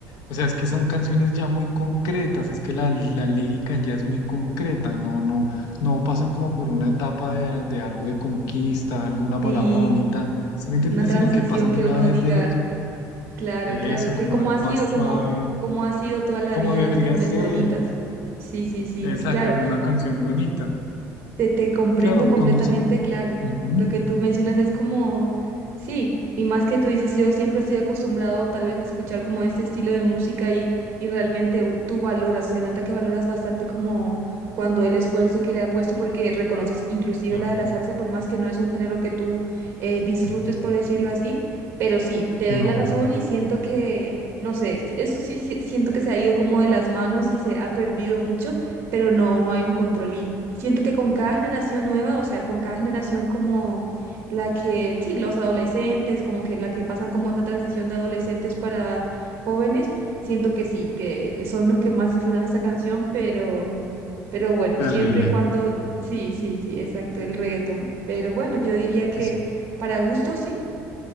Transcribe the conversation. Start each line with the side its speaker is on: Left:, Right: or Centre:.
Left: o sea, es que son canciones ya muy concretas, es que la, la lírica ya es muy concreta, no, no, no pasan como por una etapa de, de algo de conquista, alguna
Right: sí,
Left: palabra bonita, ¿sí me entiendes?
Right: una transición
Left: Sino que pasan
Right: que
Left: de una
Right: uno
Left: vez
Right: diga,
Left: derecho,
Right: claro,
Left: de
Right: claro,
Left: eso,
Right: que
Left: como
Right: como
Left: algo
Right: ha
Left: más
Right: sido,
Left: suave,
Right: como, como ha sido toda la
Left: como
Right: vida
Left: debería
Right: las canciones
Left: ser,
Right: bonitas, sí, sí, sí,
Left: exacto,
Right: t- claro.
Left: como una canción bonita.
Right: Te, te comprendo
Left: Claro,
Right: completamente,
Left: conducen,
Right: claro.
Left: ujú,
Right: Lo que tú mencionas es como, sí, y más que tú dices, yo siempre estoy acostumbrado tal vez a escuchar como este estilo de música y, y realmente u- tú valoras, se nota que valoras bastante como cuando el esfuerzo que le ha puesto, porque reconoces inclusive
Left: claro,
Right: la de la salsa, por más que no es un género que tú eh, disfrutes,
Left: no,
Right: por decirlo así, pero sí, te
Left: no,
Right: doy la razón
Left: pero
Right: y siento que, no sé, si- eso sí, sí, siento que se ha ido como de las manos y se ha perdido mucho pero no, no hay un control. Y siento que con cada generación nueva, o sea, con cada generación como la que, sí, los adolescentes, como que la que pasan como esa transición de adolescentes para jóvenes, siento que sí, que son los que más disfrutan esta canción, pero, pero bueno,
Left: terrible.
Right: siempre y cuando, sí, sí, sí, exacto, el reggaetón. Pero bueno, yo diría que
Left: Eso.
Right: para gustos, sí,